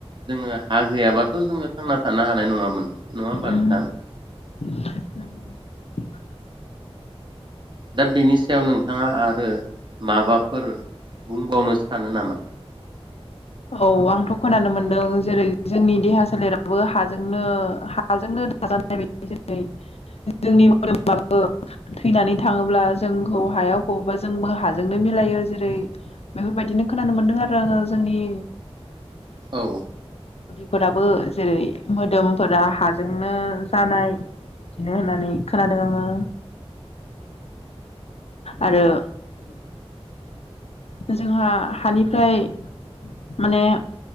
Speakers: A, on the right; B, on the left.
A: जोङो हा गैयाबाथ' जोङो थांना थानो हानाय नङामोन नङा होमबा
B: उम
A: नोंथां?
B: <unintelligible>
A: दा बेनि सायाव नोंथाङा आरो माबाफोर बुंबावनोसो सानो नामा?
B: औ आंथ' खोनानो मोनदों जेरै जोंनि देहा सोलेरावबो हाजोंनो हाजोंनो <unintelligible> जेरै जोंनि मदोमाबो थैनानै थाङोब्ला जोंखौ हायाव फबोबा जोंबो हाजोंनो मिलायो जेरै बेफोरबायदिनो खोनानो मोन्दों आरो आङो जोंनि
A: औ
B: फोराबो जेरै मोदोमफोरा हाजोंनो जानाय बिदिनो होननानै खोनादों आङो। आरो जोंहा हानिफ्राय माने